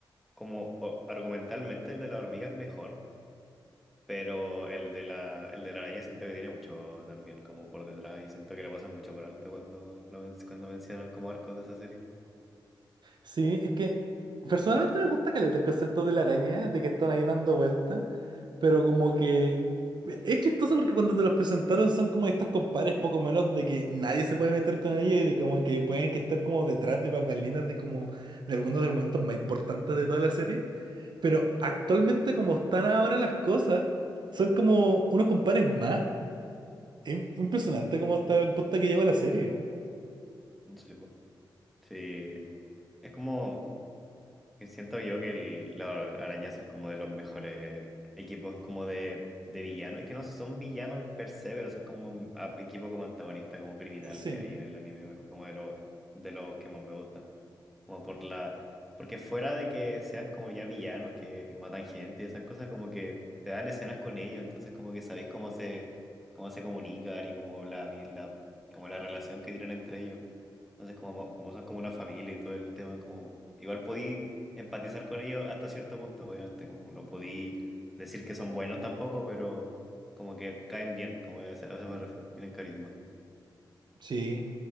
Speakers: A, in the centre; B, on the right.
A: como o- argumentalmente el de la hormiga es mejor Pero el de la, el de la araña siento que tiene mucho también, como por detrás, y siento que le pasan mucho por alto cuando, lo men- cuando mencionan como arcos de esa serie.
B: Sí, es que. Personalmente me gusta caleta el concepto de la araña, de que están ahí dando vueltas. Pero como que. Es chistoso porque cuando te los presentaron son como estos compadres poco menos de que nadie se puede meter con ellos y de como que pueden que estar como detrás de bambalinas de como de algunos de los momentos más importantes de toda la serie. Pero actualmente como están ahora las cosas, son como unos compares más. Es impresionante cómo está el punto que llegó la serie.
A: Sí, po. Sí. Es como, que siento yo que el- las arañas son como de los mejores equipos como de, de villanos. Es que no son villanos per se, pero son como un a- equipo como antagonista, como criminal
B: Sí,
A: que hay en el anime, como de los de los que más me gustan. Como por la. Porque fuera de que sean como ya villanos que matan gente y esas cosas, como que te dan escenas con ellos, entonces como que sabéis cómo se, cómo se comunican y como la, la, como la relación que tienen entre ellos. Entonces, como, como son como una familia y todo el tema, como igual podí empatizar con ellos hasta cierto punto, obviamente, como no podí decir que son buenos tampoco, pero como que caen bien, como a eso a eso me refiero, tienen carisma.
B: sí.